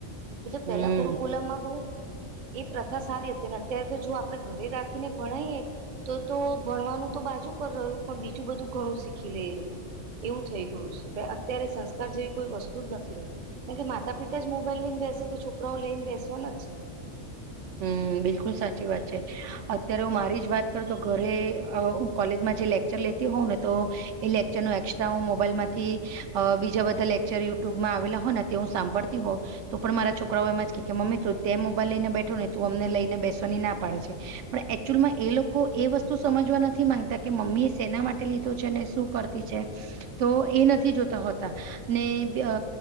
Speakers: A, on the right (about 45°); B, on the right (about 75°).
A: એટલે પેલા
B: હમ
A: કુરુકુલામાં બહુ. એ પ્રથા સારી હતી અત્યારે તો જો આપડણે ઘરે રાખીને ભણાઈએ. તો તો ભણવાનું તો બાજુ પર રહ્યું પણ બીજું બધું ઘણું શીખી લે એ લોકો. એવું થઈ ગયું છે અત્યારે સંસ્કાર જેવી કોઈ વસ્તુ જ નથી રહી. કારણ કે માતા પિતા જ મોબાઈલ લઈને બેસે તો છોકરાઓ લઈને બેસવાના જ છે.
B: હમ બિલકુલ સાચી વાત છે. અત્યારે હું મારી જ વાત કરું તો ઘરે કોલેજમાં જે લેક્ચર લેતી હોઉં ને તો. એ લેક્ચર નું એક્સ્ટ્રા હું મોબાઈલ માંથી બીજા બધા લેક્ચર યુટ્યુબમાં આવેલા હો. હું સાંભળતી હોઉ તો પણ મારા છોકરાઓ એમાં જ કેમ્ી તું ત મોબાઈલ લઈને બેઠ. તું અમને લઈને બેસવાની ના પાડે છે પણ એકચુઅલમાં એ લોકો એ વસ્તુ સમજવા નથી માંગતા. કે મમ્મી એ શેના માટે લીધો છે ને શું કરતી છે તો એ નથી જોતા હોતા. ને અ